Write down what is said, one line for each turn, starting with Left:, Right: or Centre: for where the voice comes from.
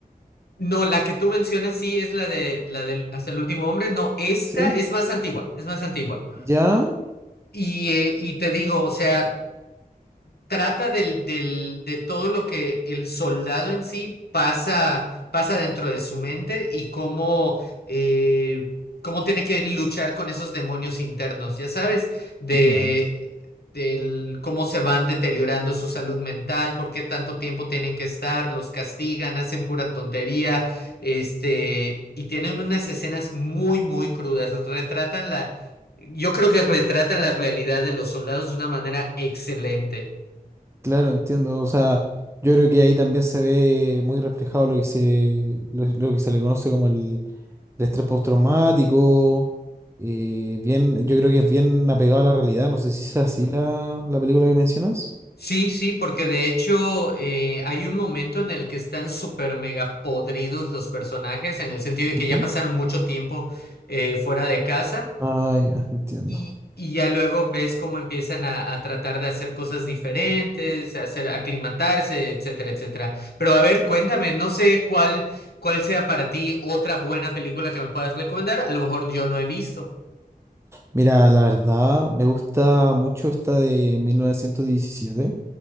Left: no, la que tú mencionas sí es la de la del Hasta el último hombre. No, esta
Right: ¿Sí?
Left: es más antigua, es más antigua.
Right: Ya,
Left: Y, eh, y te digo, o sea, trata del, del, de todo lo que el soldado en sí pasa, pasa dentro de su mente y cómo, eh, cómo tiene que luchar con esos demonios internos, ya sabes, de,
Right: ya.
Left: del cómo se van deteriorando su salud mental, por qué tanto tiempo tienen que estar, los castigan, hacen pura tontería, este, y tienen unas escenas muy, muy crudas, retratan la... Yo creo que retratan la realidad de los soldados de una manera excelente.
Right: Claro, entiendo. O sea, yo creo que ahí también se ve muy reflejado lo que se, lo, lo que se le conoce como el, el estrés postraumático. eh, bien, yo creo que es bien apegado a la realidad. No sé si es así la, la película que mencionas.
Left: Sí, sí, porque de hecho eh, hay un momento en el que están súper mega podridos los personajes, en el sentido de que
Right: Ujú.
Left: ya pasaron mucho tiempo eh, fuera de casa
Right: Ah, ya, entiendo.
Left: y, y ya luego ves cómo empiezan a, a tratar de hacer cosas diferentes, a hacer, aclimatarse, etcétera, etcétera. Pero a ver, cuéntame, no sé cuál, cuál sea para ti otra buena película que me puedas recomendar, a lo mejor yo no he visto.
Right: Mira, la verdad, me gusta mucho esta de 1917.